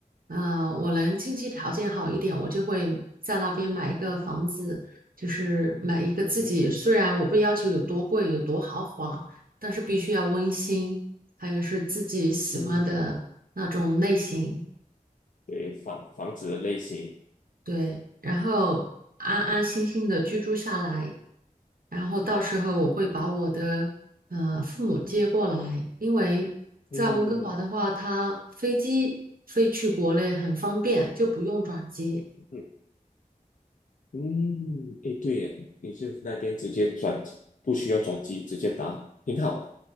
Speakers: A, on the right (about 75°); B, on the left (about 60°).
A: 啊、我能经济条件好一点，我就会在那边买一个房子，就是买一个自己，
B: 嗯哼
A: 虽然我不要求有多贵，有多豪华，但是必须要温馨，还有是自己喜欢的那种类型，
B: 嗯哼对，房房子的类型，
A: 对，然后安安心心的居住下来。然后到时候我会把我的呃父母接过来，因为在温哥华的话，
B: 嗯哼嗯哼
A: 它飞机飞去国内很方便，就不用转机。
B: 嗯嗯，诶，对耶，你是那边直接转，不需要转机，直接打，挺好。